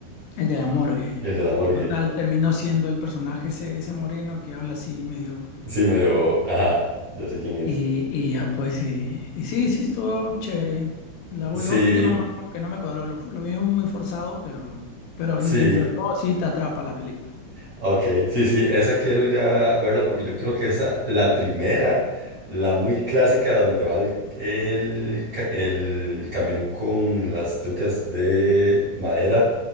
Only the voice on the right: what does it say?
El de la morgue.
Sí, medio. Ajá. Yo sé quién es.
Sí,
sí.
Ok, sí, sí, esa quiero ir a verla porque yo creo que esa, la primera, la muy clásica donde va el, el, ca- el camión con las tucas de madera,